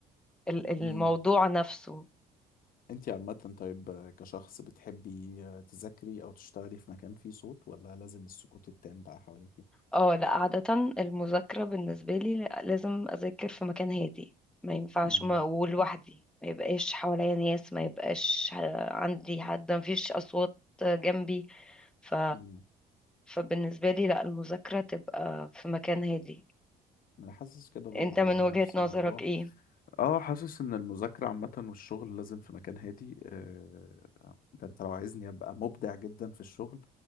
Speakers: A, in the centre; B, on the left (about 55°).
A: ال- الموضوع
B: امم
A: نفسه
B: انت عامة طيب كشخص بتحبي تذاكري او تشتغلي في مكان فيه صوت ولا لازم السكوت التام بقى حواليكي
A: اه لا عادة المذاكرة بالنسبة لي لا- لازم أذاكر في مكان هادي ما ينفعش
B: مم.
A: ما ولوحدي ما يبقاش حواليا ناس ما يبقاش ه- عندي حد ما فيش أصوات جنبي ف
B: مم.
A: فبالنسبة لي لا المذاكرة تبقى في مكان هادي
B: انا حاسس كده برضو
A: انت من
B: وانا
A: وجهة
B: نفس
A: نظرك
B: الموضوع
A: ايه
B: اه حاسس ان المذاكرة عامة والشغل لازم في مكان هادي آه، ده انت لو عايزني ابقى مبدع جدا في الشغل